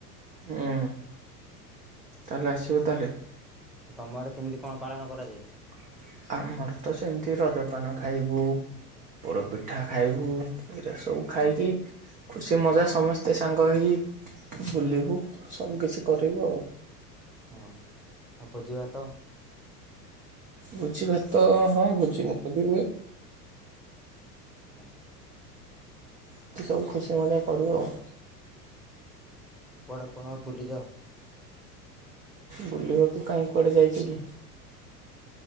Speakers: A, on the right (about 20°); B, in the centre.
A: ଏଁ-ତାହେଲେ ଆସିବ ତାହେଲେ।
B: ତମ ଆଡ଼େ କେମିତି
A: <unintelligible>
B: କଣ ପାଳନ କରାଯାଏ
A: ଆମର ତ ସେମିତି ରଜପାନ ଖାଇବୁ ପୋଡ ପିଠା ଖାଇବୁ ଏରା ସବୁ
B: ହଁ
A: ଖାଇକି ଖୁସି ମଜା ସମସ୍ତେ ସାଙ୍ଗ ହେଇ ବୁଲିବୁ ସବୁ କିିଛି କରିବୁ ଆଉ।
B: ହଁ ଆଉ ଭୋଜିଭାତ।
A: ଭୋଜି ଭାତ ହଁ ଭୋଜି ଭାତ ବି ହୁଏ।
B: <unintelligible>
A: ଏମିତି ସବୁ ଖୁସି ମଜା କରୁ ଆଉ।
B: କୁଆଡ଼େ କଣ ବୁଲିଯାଅ?
A: ବୁଲିବାକୁ କାଇଁ କୁଆଡେ ଯାଇଚି କି।